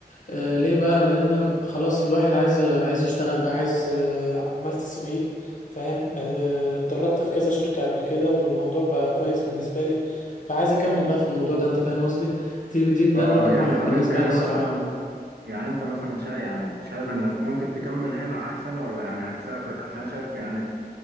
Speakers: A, on the left; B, on the right.
A: آه، ليه بقى لان خلاص الواحد عايز عايز يشتغل بقى عايز آه، عملت السي في فاهم آه، اتدربت في كذا شركة قبل كده والموضوع بقى كويس بالنسبة لي فعايز اكمل بقى في الموضوع ده انت فاهم قصدي دي دي بلان
B: اه
A: رقم
B: يعني
A: واحد
B: طب
A: بالنسبة
B: انت يعني
A: لي الصراحة
B: مثلا يعني انت مثلا شايف يعني شايف انك ممكن تكمل هنا احسن ولا يعني هتسافر عشان شايف يعني